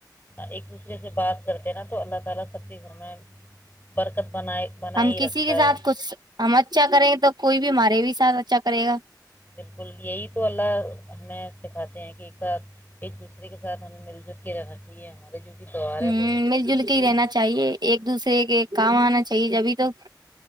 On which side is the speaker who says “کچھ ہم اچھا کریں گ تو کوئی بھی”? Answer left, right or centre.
Right